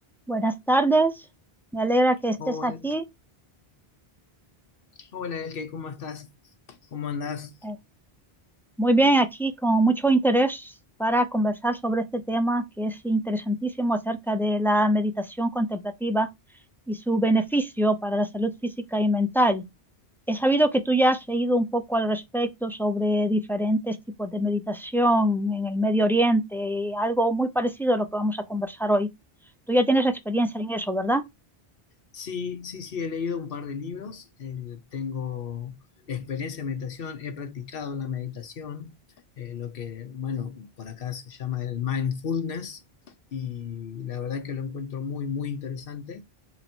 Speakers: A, in the centre; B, on the left.
A: Buenas tardes, me alegra que estés
B: Hola,
A: aquí.
B: hola Elke, ¿cómo estás? ¿Cómo andás?
A: eh, muy bien, aquí con mucho interés para conversar sobre este tema que es interesantísimo acerca de la meditación contemplativa y su beneficio para la salud física y mental. He sabido que tú ya has leído un poco al respecto sobre diferentes tipos de meditación en el Medio Oriente, y algo muy parecido a lo que vamos a conversar hoy. Tú ya tienes experiencia en eso, ¿verdad?
B: Sí, sí, sí, he leído un par de libros, eh, tengo experiencia en meditación, he practicado la meditación, eh, lo que, bueno, por acá se llama el mindfulness, y la verdad que lo encuentro muy, muy interesante,